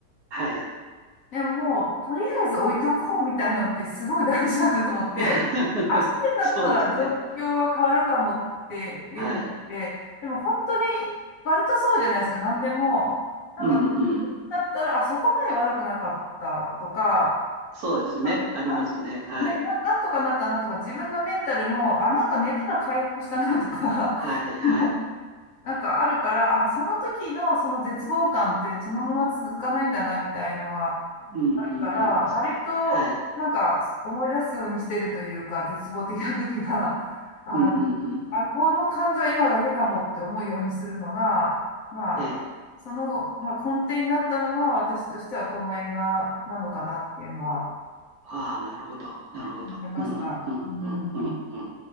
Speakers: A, on the right (about 65°); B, on the left (about 65°).
A: はい。
B: でももう、とりあえず置いておこうみたいのってすごい大事だなと思って、
A: <laughs>
B: 明日になったら状況が変わるかもっていうのって、
A: そうですね。はい。
B: でも本当に割とそうじゃないですか、何でも。なんか、
A: うんうん。
B: だったら、あ、そこまで悪くなかったとか、
A: そうですね。
B: あ、なん、
A: ありますね。はい。
B: ね、な、なんとかなったなとか、自分のメンタルも、あ、なんか寝たら回復したなとか、
A: はい。はい。
B: <laughs> なんかあるから、あ、その時のその絶望感ってそのまま続かないんだな、みたいのが。
A: うんうんうん。
B: あるから、割となんか思い出すようにしてるというか、
A: はい。
B: 絶望的な時が、<laughs> あの、
A: うんうんうんうん。
B: あ、この感情は今だけかもって思うようにするのが、まあ、
A: ええ。
B: その、まあ、根底になったのが私としてはこの映画なのかなっていうのは
A: ああ、なるほど、なるほど。
B: 思いました。
A: うん、うん、
B: うん。
A: うん、うん、うん。